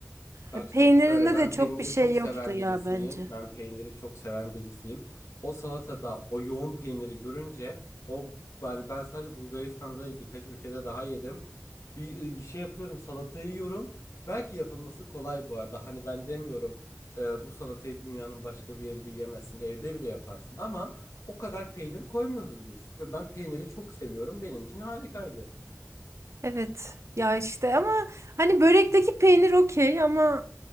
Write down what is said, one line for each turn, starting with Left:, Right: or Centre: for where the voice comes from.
Left: Bak
Right: E, peynirinde
Left: şimdi şöyle ben
Right: de çok
Left: peyniri
Right: bir şey
Left: çok
Right: yoktu
Left: seven
Right: ya
Left: birisiyim.
Right: bence.
Left: Ben peyniri çok seven birisiyim. O salatada o yoğun peyniri görünce o yani ben sadece Bulgaristan'da değil, birkaç ülkede daha yedim. Bir e, şey yapıyorum salatayı yiyorum. Belki yapılması kolay bu arada. Hani ben demiyorum e, bu salatayı dünyanın başka bir yerinde yiyemezsin. Evde bile yaparsın ama o kadar peynir koymuyoruz biz. Ve ben peyniri çok seviyorum. Benim için harikaydı.
Right: Evet ya işte ama hani börekteki peynir okey ama